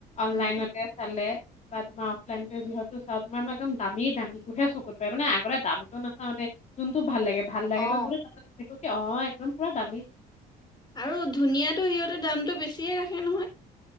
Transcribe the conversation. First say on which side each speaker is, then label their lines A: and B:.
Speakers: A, on the left (about 45°); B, on the left (about 25°).
A: অনলাইনতে
B: উম
A: চালে বা তোমা অফলাইন যিহেতু চাওঁ তোমাৰ ম একদম দামী দামীটোহে চকুত পৰে মানে আগতে দামটো নাচাওঁ দেই যোনটো ভাল লাগে ভাল লাগে
B: অ
A: তো চল ততো অ একদম পুৰা দামী
B: আৰু ধুনীয়াটো সিহঁতে দামটো বেছিয়ে ৰাখে নহয়